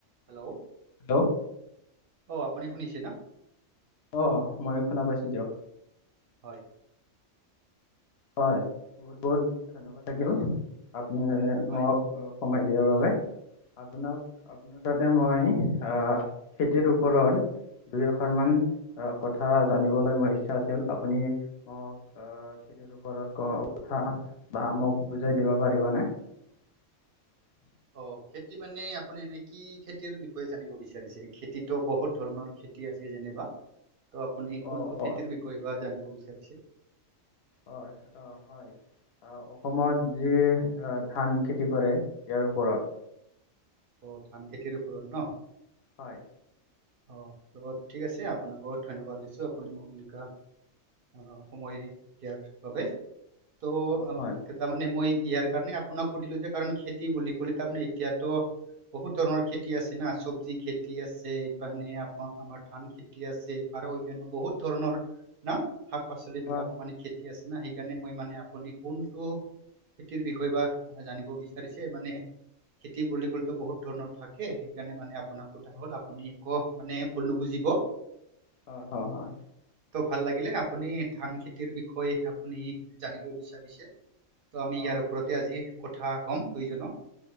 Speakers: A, on the right (about 55°); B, on the left (about 60°).
A: হেল্ল
B: হেল্ল
A: অহ আপুনি শুনিছে ন।
B: অহ ময়ো শুনা পাইছো দিয়ক।
A: হয়।
B: হয় বহুত বহুত ধন্যবাদ থাকিল। আপ পুনি
A: হয়
B: মক সময় দিয়াৰ বাবে। <unintelligible> আপোনাক আপোনাৰ তাতে মই অহ খেতিৰ ওপৰত দুই এষাৰ মান অহ কথা জানিবলৈ মোৰ ইচ্ছা আছিল আপুনি মোক অহ খেতিৰ ওপৰত কও উঠা বা মোক বুজাই দিব পাৰিবনে? চেয়হ। <unintelligible>
A: অহ খেতি মানে আপুনি এনে কি খেতিৰ বিষয়ে জানিব বিচাৰিছে? খেতিতো বহুত ধৰণৰ খেতি খেতি আছে যেনেবা তো আপুনি
B: অ
A: কোনটো খেতিৰ
B: অ
A: বিষয়ে বা জানিব বিছাৰিছে?
B: হয় অঁহ। হয় অসমত যি ধান খেতি কৰে ইয়াৰ ওপৰত। <unintelligible>
A: অহ ধান খেতিৰ ওপৰত ন।
B: হয়।
A: অহ টো ঠিক আছে আপোনাক বহুত ধন্যবাদ দিছোঁ আপুনি মোক এনেকা অহ সময় দিয়াৰ বাবে তো
B: অ
A: অহ
B: হয়
A: এতিয়া মানে মই ইয়াৰ কাৰণে আপোনাক সুধিলো যে, কাৰণ খেতি বুলি ক'লে তামানে এতিয়াতো বহুত ধৰণৰ খেতি আছে না চব্জি খেতি আছে মানে এইপিনে আমাৰ ধান খেতি আছে। আৰু অনান্য বহুত ধৰণৰ না শাক পাচলি বিলাক
B: অ
A: মানে খেতি উঠি আছে না সেইকাৰণে মই মানে আপুনি কোনটো খেতিৰ বিষয়ে বা জানিব বিচাৰিছে মানে খেতি বুলি কলে টো বহুত ধৰণৰ থাকে সেইকাৰণে মানে আপোনাক সোধা হ'ল আপুনি ক মানে ভুল নুবুজিব।
B: হয় হয় হয়
A: তটো ভাল লাগিলে আপুনি ধান খেতিৰ বিষয়ে আপুনি জানিব বিচাৰিছে ত' আমি
B: হয়
A: ইয়াৰ ওপৰতে আজি কথা হ'ম দুইজনৰ